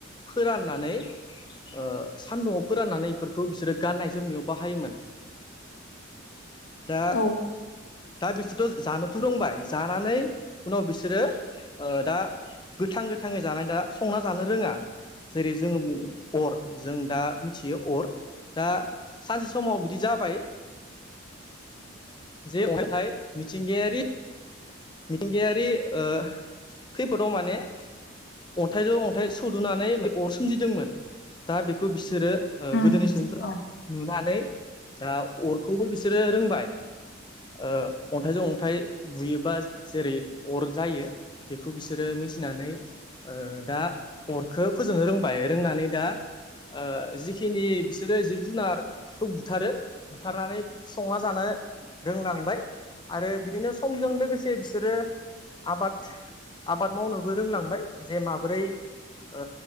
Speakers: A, on the left (about 25°); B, on the left (about 60°).
A: फोराननानै ओ सान्दुंआव फोराननानै इफोरखौ बिसोरो गाननाय जोमनायाव बाहायोमोन।
B: <inaudible>
A: दा
B: औ
A: दा बिसोरथ' जानोथ' रोंबाय जानानै उनाव बिसोरो ओ दा गोथां गोथाङै जानाय दा संना जानो रोङा जेरै जोङो अर जों दा मिथियो अर दा सानसे समाव बिदि जाबाय। जे अन्थाइ मिथिंगायारि मिथिंगायारि ओ खैफोदाव माने अन्थाइ जो अन्थाइ सुदुनानै अर सोमजिदोंमोन दा बेखौ बिसोरो ओ
B: उम
A: गोदोनि सुबुंफोरा
B: औ
A: नुनानै दा अरखौबो बिसोरो रोंबाय ओ अन्थाइजों अन्थाइ बुयोबा जेरै अर जायो बेखौ बिसोरो मिथिनानै ओ दा अरखो फोजोंनो रोंबाय रोंनानै दा ओ जिखिनि बिसोरो जिब जुनारखौ बुथारो बुथारनानै संना जानो रोंलांबाय आरो बिदिनो समजों लोगोसे बिसोरो आबाद आबाद मावनोबो रोंलांबाय जे माबोरै ओ